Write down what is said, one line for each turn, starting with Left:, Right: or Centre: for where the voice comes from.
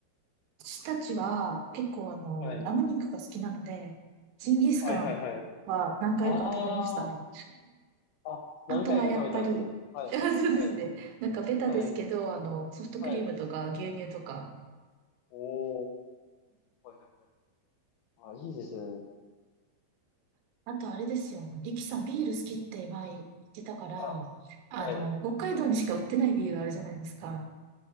Right: 私たちは結構あの、
Left: はい。
Right: ラム肉が好きなので、ジンギスカンは何回か食べましたね。
Left: はいはいはい。ああ、何回か食べたんですよ。
Right: あとはやっぱり、
Left: はい。
Right: <laughs> そうですね。
Left: はい。
Right: なんかベタですけど、
Left: はい。
Right: あの、ソフトクリームとか牛乳とか。
Left: はい。おー。はいはいはい。あ、いいですね。
Right: あとあれですよ。リキさん、ビール好きって前言ってたから、
Left: あ、
Right: あ、
Left: はい。
Right: の、北海道にしか売ってないビールあるじゃないですか。